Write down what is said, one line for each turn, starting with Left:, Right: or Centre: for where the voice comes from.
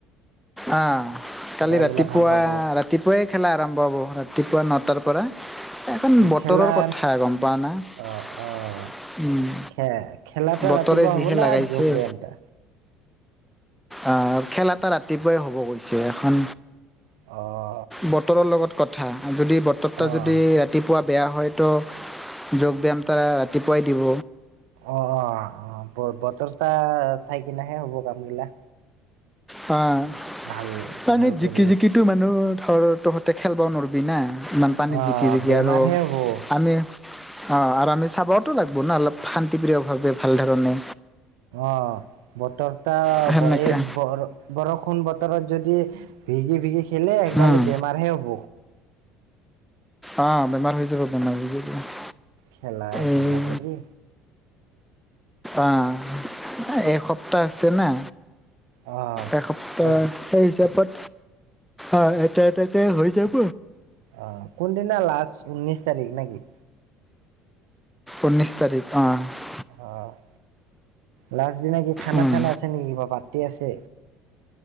Centre: আ কালি
Right: গা
Centre: ৰাতিপুৱা
Right: গিলা ভাল পাব। অ',
Centre: ৰাতিপুৱাই খেলা আৰম্ভ হ'ব ৰাতিপুৱা নটাৰ পৰা এখন বতৰৰ
Right: খেলা
Centre: কথা গম পোৱা না উম
Right: অ', অ', খে খেলাটা
Centre: বতৰে
Right: ৰাতিপুৱা
Centre: যিহে
Right: হ'ব না
Centre: লাগাইছে
Right: যোগ ব্যায়ামটা?
Centre: অ খেল এটা ৰাতিপুৱাই হ'ব কৈছে এখন
Right: অ
Centre: বতৰৰ লগত কথা যদি বতৰটা
Right: অ',
Centre: যদি ৰাত তিপুৱা বেয়া হয়তো যোগ ব্যায়াম তাৰা ৰাতিপুৱাই দিব
Right: অ অ অ ব বতৰটা চাই কিনাই হে হ'ব কামগিলা
Centre: অঁ
Right: ভাল
Centre: পানীত
Right: ভাল কৰি
Centre: জিকি জিকিটো মানুহ ধৰ তহঁতে খেলব নোৱৰবি না ইমান পানীত
Right: অ'
Centre: জিকি জিকি
Right: বেমাৰহে
Centre: আৰু
Right: হ'ব
Centre: আমি অ আৰু আমি চাবওতো লাগব না অলপ শান্তি প্ৰিয় ভাৱে ভাল ধৰণে
Right: অ বতৰটা
Centre: সেনেকে
Right: বহে বহৰ বৰষুণ বতৰত যদি ভিগি ভিগি খেলে সেইগাল
Centre: উম
Right: বেমাৰ হে হ'ব
Centre: অ বেমাৰ হৈ যাব বেমাৰ হৈ যাব
Right: খেলা
Centre: এই
Right: কি ভাবৰি।
Centre: আ' এসপ্তাহ আছে না।
Right: অ'
Centre: এসপ্তাহ
Right: এক
Centre: সেই হিচাপত। অ' এটা এটাতে হৈ যাব।
Right: অ' কোনদিনা লাষ্ট, ঊনৈছ তাৰিখ নেকি?
Centre: ঊনৈছ তাৰিখ অঁ।
Right: অ', লাষ্ট দিনা কি খানা
Centre: উম
Right: চানা আছে নেকি, কিবা পাৰ্টি আছে?